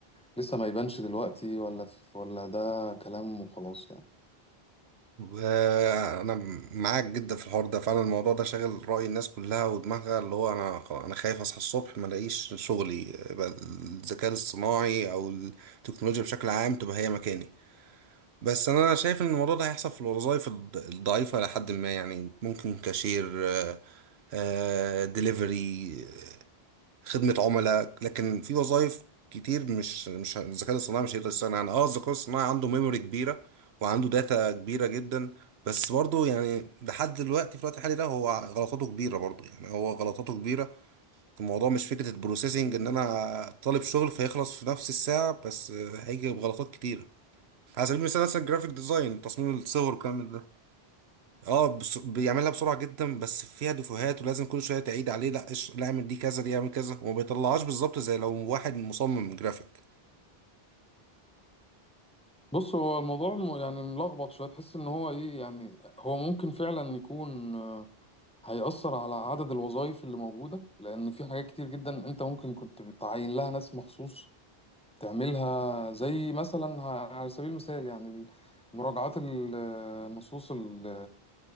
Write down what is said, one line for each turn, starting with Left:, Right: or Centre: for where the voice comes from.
Centre: لسه ما يبانش دلوقتي ولا ولا ده كلام وخلاص يعني
Right: آه، انا معاك جدا في الحوار ده فعلا الموضوع ده شاغل رأي الناس كلها ودماغها اللي هو انا خ- انا خايف اصحى الصبح ما الاقيش شغلي يبقى الذكاء الاصطناعي او التكنولوجيا بشكل عام تبقى هي مكاني بس انا شايف ان الموضوع ده هيحصل في الوظائف الض- الضعيفة لحد ما يعني ممكن كاشير آه، ديليفري خدمة عملاء لكن في وظائف كتير مش مش الذكاء الاصطناعي مش هيقدر يستغنى عنها اه الذكاء الاصطناعي عنده ميموري كبيرة وعنده داتا كبيرة جدا بس برضه يعني لحد دلوقتي في الوقت الحالي ده هو غلطاته كبيرة برضه يعني هو غلطاته كبيرة الموضوع مش فكرة البروسيسنج ان انا طالب شغل فيخلص في نفس الساعة بس آه، هيجي بغلطات كتيرة على سبيل المثال مثلا الجرافيك ديزاين تصميم الصور والكلام من ده اه بس بيعملها بسرعه جدا بس فيها دفوهات ولازم كل شويه تعيد عليه لا إيش- لا اعمل دي كذا دي اعمل كذا وما بيطلعهاش بالظبط زي لو واحد مصمم جرافيك
Centre: بص هو الموضوع م- يعني ملخبط شويه تحس ان هو ايه يعني هو ممكن فعلا يكون آه، هيأثر على عدد الوظائف اللي موجوده لان في حاجات كتير جدا انت ممكن كنت بتعين لها ناس مخصوص تعملها زي مثلا ه- على سبيل المثال يعني مراجعات ال- النصوص ال-